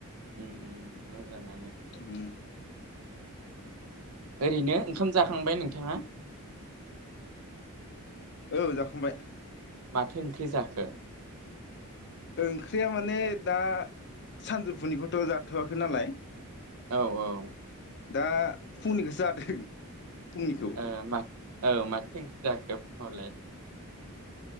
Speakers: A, on the right; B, on the left.
A: उम मोजाङानो
B: उम
A: ओरैनो ओंखाम जाखांबाय नोंथाङा
B: औ जाखांबाय
A: माथो ओंख्रि जाखो?
B: ओंख्रिया माने दा सानजौफुनिखौथ' जाथ'वाखै नालाय
A: औ औ
B: दा फुंनिखौसो जादों
A: <unintelligible>
B: फुंनिखौ
A: <unintelligible>